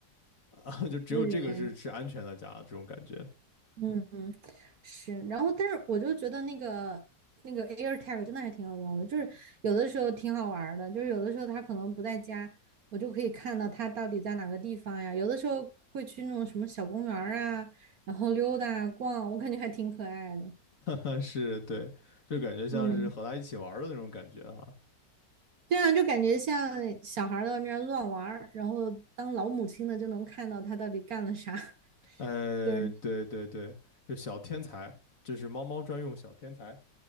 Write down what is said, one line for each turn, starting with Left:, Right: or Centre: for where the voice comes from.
Left: 啊，<laughs> 就只有这个是是安全的家，
Right: 对，
Left: 这种感觉。
Right: 嗯嗯，是，然后但是我就觉得那个那个 AirTag 真的还挺好用的，就是有的时候挺好玩儿的，就是有的时候他可能不在家，我就可以看到他到底在哪个地方呀。有的时候会去那种什么小公园儿啊，然后溜达啊逛，我感觉还挺可爱的。
Left: 但是对，就感觉像是和他一起玩儿的那种感觉哈。
Right: 嗯，对啊，就感觉像小孩儿在外面乱玩儿然后当老母亲的就能看到他到底干了啥，<laughs>
Left: 呃，
Right: 就是。
Left: 对对对，就小天才，就是猫猫专用小天才。